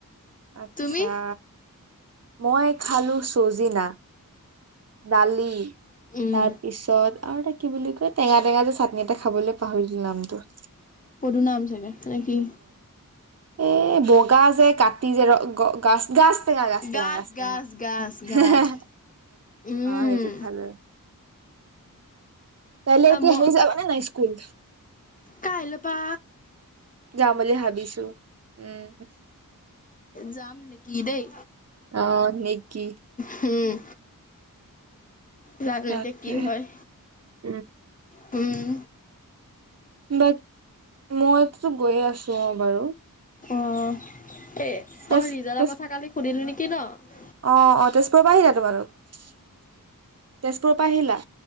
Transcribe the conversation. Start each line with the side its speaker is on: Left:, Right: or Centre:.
Right: আচ্ছা।
Left: তুমি
Right: মই খালোঁ চজিনা। দালি,
Left: উম
Right: তাৰ পিছত, আৰু এটা কি বুলি কয়, টেঙা টেঙা যে চাটনি এটা খাবলৈ, পাহৰিলোঁ নামটো।
Left: পদুনা, আম চাগে, তেনে কি?
Right: এহ বগা যে কাট টি যে ৰ গ গাছ গাছ টেঙা গাজ টেঙা
Left: গাছ
Right: গাজ টেঙা
Left: গাছ গাছ গাছ
Right: হে হে
Left: উম
Right: অ সেইটো খালো। কাইলে
Left: আ
Right: এতিয়া
Left: মই
Right: হেৰি যাবা নে নাই স্কুল?
Left: কাইলৈ পা
Right: যাম বুলি ভাবিছো, উম।
Left: যাম নেকি দেই,
Right: অ' নেকি?
Left: হুম। জানো
Right: তাকে।
Left: এতিয়া কি হয়।
Right: উম
Left: হুম।
Right: বাট, মই গৈয়ে আছোঁ অ'! বাৰু।
Left: অ'! এ,
Right: তেজ
Left: অ'! ৰিজাল্টৰ
Right: তেজ
Left: কথা কালি সুধিলো নেকি? কি ন'?
Right: অ'! অ'! তেজপুৰৰ পৰা আহিলা তোমালোক? তেজপুৰত পা আহিলা?